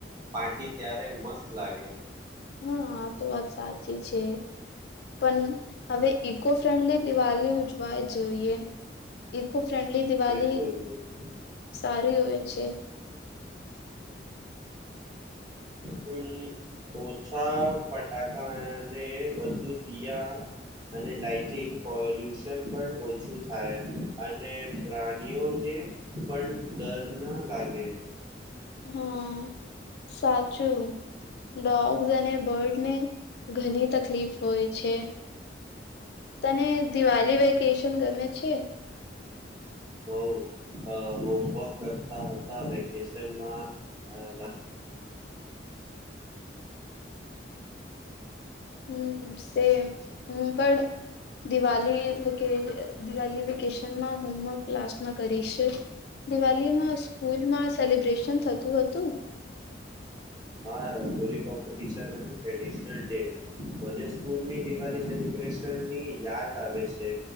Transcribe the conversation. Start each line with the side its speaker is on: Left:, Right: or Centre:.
Right: પારટી ત્યારે મસ્ત લાગે.
Left: હમ્મ આ તો વાત સા ચી છે પણ હવે એક. ઇકો ફ્રેન્ડલી દિવાળ ઉજવાય જોઈએ ઇકો. ફ્રેન્ડલી દિવાલી
Right: બિલકુલ બિલકુલ
Left: સારી હોય. છે.
Right: હમ્મ બઉ ઓછા ફટાકા અ અને વ તો દિયા અને લઇટિંગ પોલ્યુશન પણ ઓછું થાય અને પ્રાનીઓને પણ ડર ના લાગે.
Left: હમ સાચું ડોગ્સ અને બર્ડ ને ઘણી તકલીફ હોય છે. તને દિવાળી વે કેશન ગમે છે.
Right: બઉ અ હોમવર્ક કરતા હતા વેકેશનમાં અ
Left: હમ સેમ હું પણ દિવાલી કે દિવાલી વેકેશનમાં હોમવર્ક ક્લાસમાં કરીશ દિવાલીમાં સ્કૂલમાં સેલિબ્રેશન થતું હતું.
Right: આ રંગોલી કોમ્પિટશન અને ટ્રેડિશનલ ડે મને સ્કૂલની દિવાલી સેલબ્રેશનની યાદ આવે છે